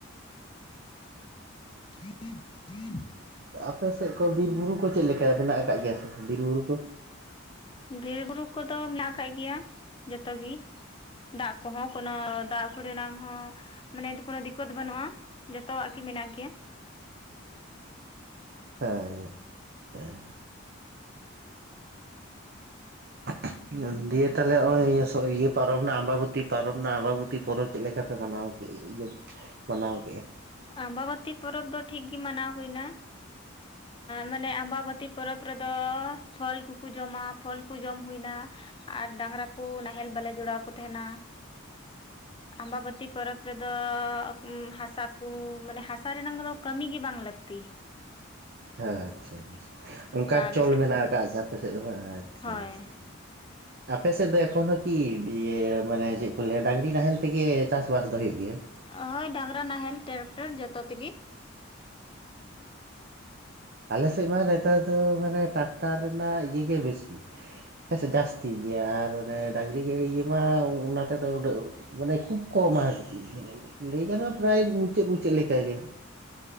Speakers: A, on the left; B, on the right.
A: <unintelligible>
B: ᱟᱯᱮ ᱥᱮᱫ ᱠᱚ ᱵᱤᱨ ᱵᱩᱨᱩ ᱠᱚ ᱪᱮᱫ ᱞᱮᱠᱟ ᱢᱮᱱᱟᱜ ᱟᱠᱟᱫ ᱜᱮᱭᱟ ᱥᱮ ᱵᱤᱨ ᱵᱩᱨᱩ ᱠᱚ᱾
A: ᱵᱤᱨ ᱵᱩᱨᱩ ᱠᱚ ᱫᱚ ᱢᱮᱱᱟᱜ ᱟᱠᱟᱜ ᱜᱮᱭᱟ ᱡᱚᱛᱚ ᱜᱮ ᱫᱟᱜ ᱠᱚ ᱦᱚᱸ ᱠᱚᱱᱚ ᱫᱟᱜ ᱠᱚᱨᱮᱱᱟᱝ ᱦᱚᱸ ᱢᱟᱱᱮ ᱫᱤᱠᱩᱨᱚ ᱫᱤᱠᱚᱛ ᱵᱟᱹᱱᱩᱜᱼᱟ ᱡᱚᱛᱚᱣᱟᱜ ᱜᱮᱤ ᱢᱮᱱᱟᱜ ᱜᱮᱭᱟ᱾
B: ᱦᱮ ᱦᱮ᱾
A: <inaudible>
B: <inaudible> ᱫᱤᱭᱮ ᱛᱟᱦᱚᱞᱮ ᱱᱚᱜ ᱚᱚᱭ ᱤᱭᱟ ᱟᱢᱵᱟᱵᱛᱤ ᱯᱟᱨᱚᱵᱽ ᱨᱮᱱᱟᱜ ᱟᱢᱵᱟᱵᱛᱤ ᱯᱚᱨᱚᱵᱽ ᱪᱮᱫ ᱞᱮᱠᱟ ᱯᱮ ᱢᱟᱱᱟᱣ ᱠᱮᱫᱼᱟ? ᱤᱭᱟᱹ ᱢᱟᱱᱟᱣ ᱠᱮᱫᱼᱟ᱾
A: ᱟᱢᱵᱟᱵᱚᱛᱤ ᱯᱚᱨᱚᱵᱽ ᱫᱚ ᱴᱷᱤᱠᱜᱤ ᱢᱟᱱᱟᱣ ᱦᱩᱭᱱᱟ᱾ ᱢᱟᱱᱮ ᱟᱢᱵᱟᱵᱛᱤ ᱯᱚᱨᱚᱵᱽ ᱨᱮᱫᱚ ᱯᱷᱚᱞ ᱠᱚᱠᱚ ᱡᱚᱢᱟ᱾ ᱯᱷᱚᱞ ᱠᱚ ᱡᱚᱢ ᱦᱩᱭᱱᱟ ᱟᱨ ᱰᱟᱝᱨᱟ ᱠᱚ ᱱᱟᱦᱮᱞ ᱵᱟᱞᱮ ᱡᱚᱲᱟᱣ ᱠᱚ ᱛᱟᱦᱮᱸᱱᱟ᱾ ᱟᱢᱵᱟᱵᱛᱤ ᱯᱚᱨᱚᱵᱽ ᱨᱮ ᱫᱚ ᱦᱟᱥᱟ᱾ ᱠᱚ ᱢᱟᱱᱮ ᱦᱟᱥᱟ ᱨᱮᱱᱟᱝ ᱫᱚ ᱠᱟᱹᱢᱤ ᱜᱮ ᱵᱟᱝ ᱞᱟᱹᱠᱛᱤ᱾
B: ᱦᱮᱸ ᱟᱪᱷᱟ᱾ ᱚᱱᱠᱟ
A: ᱟᱞᱮ
B: ᱪᱚᱞ
A: ᱥᱮᱫ
B: ᱢᱮᱱᱟᱜ
A: ᱫᱚ
B: ᱟᱠᱟᱫ ᱟᱯᱮ ᱥᱮᱫ ᱫᱚ ᱟᱪᱷᱟ
A: ᱦᱳᱭ
B: ᱵᱮᱥ᱾ ᱟᱯᱮᱥᱮᱫ ᱫᱚ ᱮᱠᱷᱚᱱᱳ ᱠᱤ ᱤᱭᱟᱹ ᱢᱟᱱᱮ ᱪᱮᱫ ᱠᱚ ᱞᱮᱰᱟᱹᱟᱝᱜᱤ ᱱᱟᱦᱮᱞ ᱛᱮᱜᱮ ᱪᱟᱥ ᱵᱟᱥ ᱫᱚ ᱦᱩᱭᱩᱜᱭ ᱜᱮᱭᱟ᱾
A: ᱦᱳᱭ ᱰᱟᱝᱨᱟ ᱱᱟᱦᱮᱞ ᱴᱨᱟᱠᱴᱟᱨ ᱡᱚᱛᱚ ᱛᱮ ᱜᱮ᱾
B: ᱟᱞᱮ ᱥᱮᱫ ᱢᱟ ᱱᱮᱛᱟᱨ ᱫᱚ ᱢᱟᱱᱮ ᱴᱨᱟᱠᱴᱟᱨ ᱨᱮᱱᱟᱜ ᱤᱭᱟᱹᱮ ᱵᱮᱥᱤ᱾ ᱦᱮᱸᱥᱮ ᱡᱟᱹᱥᱛᱤ ᱜᱮᱭᱟ ᱟᱨ ᱚᱱᱮ ᱰᱟᱝᱨᱤ ᱤᱭᱟᱹ ᱢᱟ ᱚᱱᱟ ᱛᱮᱫᱚ ᱩᱱᱟᱹᱜ᱾ ᱢᱟᱱᱮ ᱠᱷᱩᱵ ᱠᱚᱢᱟ ᱱᱤᱱᱡᱟᱨ ᱢᱟ ᱯᱨᱟᱭ ᱢᱩᱪᱟᱹᱫ ᱢᱩᱪᱟᱹᱫ ᱞᱮᱠᱟ ᱜᱮ᱾